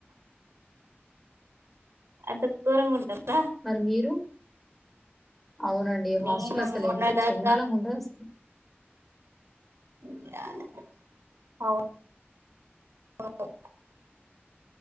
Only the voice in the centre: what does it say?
మరి మీరు అవునండి హాస్టల్
అసలు
ఎంత
చెండాలగా ఉంటది అసలు